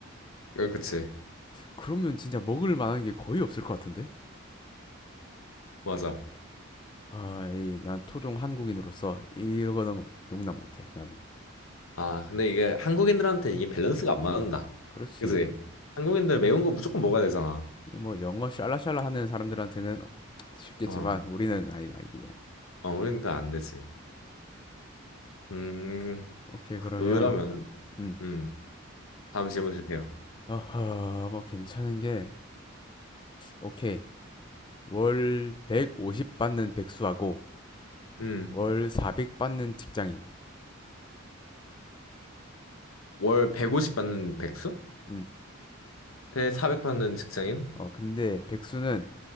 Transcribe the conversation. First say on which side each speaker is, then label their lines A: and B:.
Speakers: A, on the left; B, on the left.
A: 그 그치.
B: 그러면 진짜 먹을 만한 게 거의 없을 것 같은데?
A: 맞아.
B: 아, 이, 난 토종 한국인으로서 이거는 용납 못해, 나는.
A: 아 근데 이게 한국인들한테 이게 밸런스가 안 맞는다.
B: 그렇지.
A: 그치? 한국인들 매운 거 무조건 먹어야 되잖아.
B: 이 뭐 영어 샬라샬라 하는 사람들한테는 쉽겠지만
A: 어.
B: 우리는 아니다, 이게.
A: 어 우리는 그거 안 되지. 음.
B: 오케이,
A: 그러면은
B: 그러면, 음.
A: 음. 다음 질문 주세요.
B: 어허, 뭐 괜찮은 게, 오케이. 월 150 받는 백수하고
A: 음.
B: 월 400 받는 직장인.
A: 월 150 받는 백수?
B: 음.
A: 대 400 받는 직장인?
B: 어, 근데 백수는